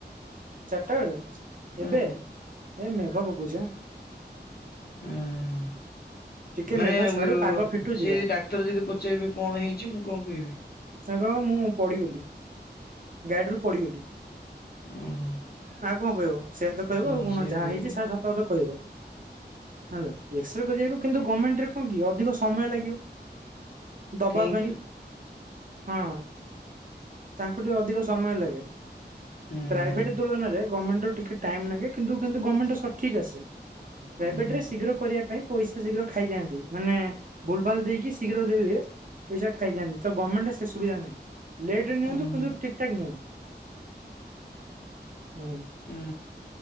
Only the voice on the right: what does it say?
ଚାରିଟା ବେଳେ
ଏବେ? ଏ ମେଘ ଓକଉଛିପା
ଟିକେ
ମେଘ
ଛାଡୁ ପାଗ ଫିଟୁ
ଯିବା
ସାଙ୍ଗ ମୁଁ ପଡ଼ିଗଲି ଗାଡ଼ିରୁ ପଡ଼ିଗଲି। ଆଉ
କଣ କହିବ ସେଇଆ ତ କହିବ
ଆଉ କଣ
ଯାହା
ହେଇଛି ସେରା ସତତ କହିବ। ହେଲା ଏକ୍ସରେ କରିବାକୁ କିନ୍ତୁ ଗଭର୍ଣ୍ଣମେଣ୍ଟରେ କଣ କି ଅଧିକ ସମୟ ଲାଗିବ। ଦବା
ପାଇଁ ହଁ। ତାଙ୍କୁ ଟିକେ ଅଧିକ ସମୟ ଲାଗେ
ପ୍ରାଇଭେଟ
ତୁଳନାରେ ଗମେଣ୍ଟ ର ଟିକେ ଟାଇମ୍ ନାଗେ କିନ୍ତୁ କିନ୍ତୁ ଗଭର୍ଣ୍ଣମେଣ୍ଟ ରେ ସଠିକ୍ ଆସେ
ପ୍ରାଇଭେଟ
ରେ ଶୀଘ୍ର କରିବା ପାଇଁ ପଇସା ଶୀଘ୍ର ଖାଇଯାଆନ୍ତି ମାନେ ଭୁଲ୍ ଭାଲ୍ ଦେଇକି ଶୀଘ୍ର ଦେଇ ହୁଏ ପଇସା ଖାଇଯାନ୍ତି ତ ଗଭଣ୍ଣମେଣ୍ଟ ସେ ସୁବିଧା ନାହିଁ ଲେଟ୍ ରେ
ନିଅନ୍ତୁ କିନ୍ତୁ ଠିକ୍ ଠାକ୍ ନିଅନ୍ତୁ। ହୁଁ